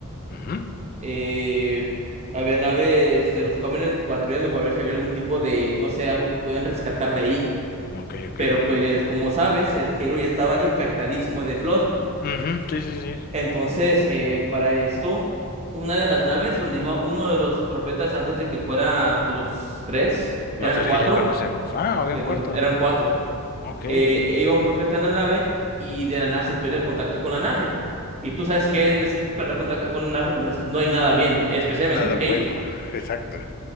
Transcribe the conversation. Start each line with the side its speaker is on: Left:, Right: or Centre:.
Left: Ujú.
Right: Eh, había naves de los Covenant patrullando para ver si había algún tipo de, no sé, algo que pudieran rescatar de ahí.
Left: Ok, ok.
Right: Pero pues, como sabes, el Halo ya estaba infectadísimo de Flood.
Left: Ujú, Sí, sí, sí.
Right: Entonces, eh, para esto, una de las naves donde iba uno de los profetas antes de que fuera, pues los tres,
Left: Los
Right: eran
Left: tres
Right: cuatro,
Left: que ya conocemos. Ah,
Right: los
Left: había
Right: que-
Left: un cuarto.
Right: eran cuatro.
Left: Ok.
Right: Eh, e iba un profeta en la nave y de la nada se pierde el contacto con la nave. Y tú sabes qué es perder contacto con la nave, no, es- no hay nada bien, especialmente
Left: Nada
Right: en
Left: bueno,
Right: Halo.
Left: exacto.